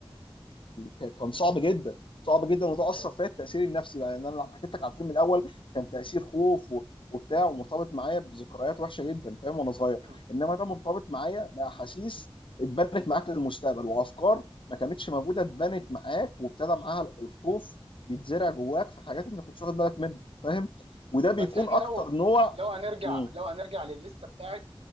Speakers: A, on the left; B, on the right.
A: فكان صعب جدا صعب جدا وتاثر
B: ايوه
A: فيا التاثير النفسي بقى يعني انا لما حكيت لك على الفيلم الاول كان تاثير خوف و- وبتاع ومرتبط معايا بذكريات وحشه جدا فاهم وانا صغير
B: مم.
A: انما ده مرتبط معايا باحاسيس اتبنت معاك للمستقبل وافكار ما كانتش موجوده اتبنت معاك وابتدى معاها الخوف بيتزرع جواك في حاجات انت كنتش واخد بالك منها فاهم وده بيكون
B: بس احنا
A: اكتر
B: لو
A: نوع
B: لو هنرجع
A: مم.
B: لو هنرجع للليسته بتاعت